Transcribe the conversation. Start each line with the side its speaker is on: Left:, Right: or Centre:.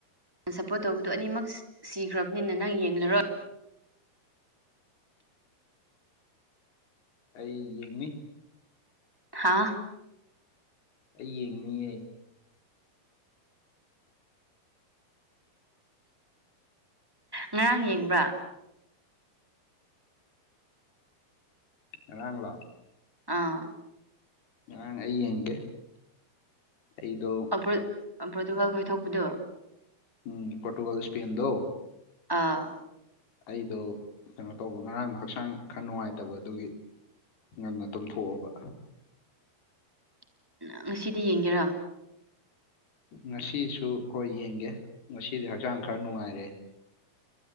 Centre: ꯁꯞꯄꯣꯠ ꯇꯧꯕꯗꯨ ꯑꯅꯤꯃꯛ ꯁꯤꯈ꯭ꯔꯕꯅꯤꯅ ꯅꯪ ꯌꯦꯡꯂꯔꯣꯏ
Left: ꯑꯩ ꯌꯦꯡꯅꯤ
Centre: ꯍꯥꯥ
Left: ꯑꯩ ꯌꯦꯡꯅꯤꯡꯌꯦ
Centre: ꯉꯔꯥꯡ ꯌꯦꯡꯕ꯭ꯔꯥ
Left: ꯪꯉꯔꯥꯡ ꯂꯣ
Centre: ꯑꯥ
Left: ꯉꯔꯥꯡ ꯑꯩ ꯌꯦꯡꯗꯦ ꯑꯩꯗꯣ
Centre: ꯑꯕ꯭ꯔꯣꯠ ꯑꯕ꯭ꯔꯣꯠ ꯗꯨꯕꯥ ꯈꯣꯏ ꯊꯣꯛꯄꯗꯣ
Left: ꯎꯝ ꯄꯣꯔꯇꯨꯒꯜ ꯏꯁꯄꯦꯟꯗꯣ
Centre: ꯑꯥ
Left: ꯑꯩꯗꯣ ꯀꯩꯅꯣ ꯇꯧꯕ ꯉꯔꯥꯡꯗꯣ ꯍꯛꯆꯥꯡ ꯈꯔ ꯅꯨꯡꯉꯥꯏꯇꯕ ꯑꯗꯨꯒꯤ ꯉꯟꯅ ꯇꯨꯝꯊꯣꯛꯑꯕ
Centre: <inaudible> ꯉꯁꯤꯗꯤ ꯌꯦꯡꯒꯦꯔꯥ
Left: ꯉꯁꯤꯁꯨ ꯈꯣꯏ ꯌꯦꯡꯒꯦ ꯉꯁꯤꯗꯤ ꯍꯛꯆꯥꯡ ꯈꯔ ꯅꯨꯡꯉꯥꯏꯔꯦ